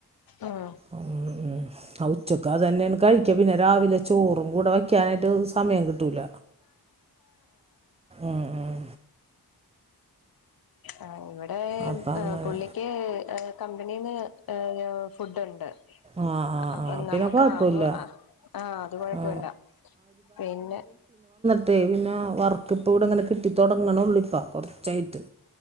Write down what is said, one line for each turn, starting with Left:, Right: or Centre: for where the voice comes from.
Left: ഉം
Right: ഉം ഉം ഉച്ചക്ക് അതന്നെയണ് കഴിക്ക പിന്നെ രാവിലെ ചോറും കൂടെ വെക്കാനായിട്ട് സമയം കിട്ടൂല ഉം ഉം
Left: ആ ഇവിടെ ഏമ്
Right: അപ്പം അങ്ങനെ
Left: പുള്ളിക്ക് എ കമ്പനിന്ന് എ ഫുഡ്‌ ഇണ്ട്
Right: ആ ആ
Left: അപ്പൊ
Right: ആ പിന്നെ
Left: നമുക്ക്
Right: കുഴപ്പമില്ല
Left: ആത് ആ അത് കൊഴപ്പവില്ല
Right: ആ
Left: പിന്നെ
Right: ട്ടെ പിന്നെ വർക്കിപ്പ ഇവിടെങ്ങനെ കിട്ടി തൊടങ്ങോള്ളിപ്പ കോറച്ചായിട്ട്